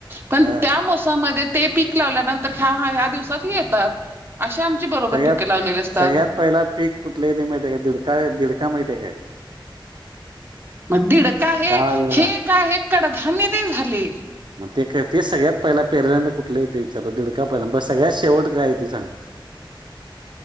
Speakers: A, on the right (about 25°); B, on the right (about 60°).
A: पण
B: हा
A: त्या मोसाममध्ये ते पीक लावल्यानंतर ह्या ह्या दिवसात येतात..... अे आमची बरोबर
B: सगळ्यात
A: पिकं लावलेले असतात....
B: सगळ्यात पहिला पीक.... कुठले इथे माहित आहे काय दिडका दिडका माहितय काय?
A: मग दिड का आहे
B: काळा दीडका
A: हे काय आहे कडधान्य ते झाले....
B: मग ते ते सगळ्यात पहिला पेरल्यांदना कुठलं येते विचार दीडका पहिला ब सगळ्यात शेवट काय आहे त सांगा...